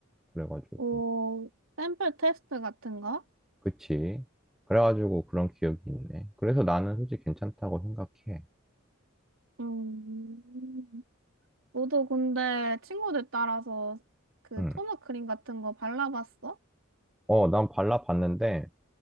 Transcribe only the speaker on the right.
오, 샘플 테스트 같은 거?
음, 너도 근데 친구들 따라서 그
토너 크림 같은 거 발라봤어?